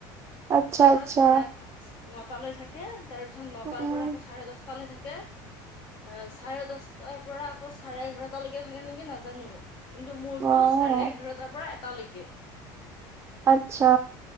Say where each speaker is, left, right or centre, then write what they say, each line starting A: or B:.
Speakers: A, on the right (about 30°); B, on the left (about 55°).
A: আচ্ছা
B: সাতটাৰ পৰা
A: আচ্ছা
B: চাৰে আঠটা নটালৈ থাকে। থাকে তাৰপিছত নটাৰ
A: উম,
B: পৰা আকৌ চাৰে দহটা লৈ থাকে। অ চাৰে দছটাৰ পৰা আকৌ চাৰে এঘাৰটালৈকে থাকে নেকি নাজানো। কিন্তু মোৰতটো
A: অ',
B: চাৰে এঘাৰটাৰ পৰা এটালৈকে।
A: আচ্ছা।